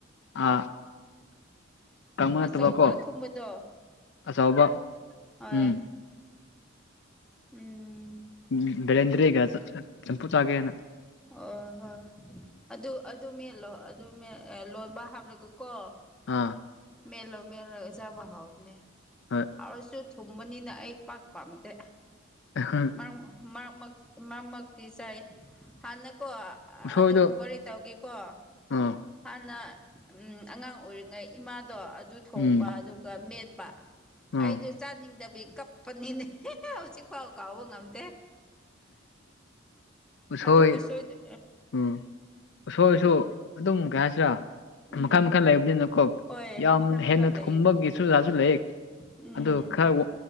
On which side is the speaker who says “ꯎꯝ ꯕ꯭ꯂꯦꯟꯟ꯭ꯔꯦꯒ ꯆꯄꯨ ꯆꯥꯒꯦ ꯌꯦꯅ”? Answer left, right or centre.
Left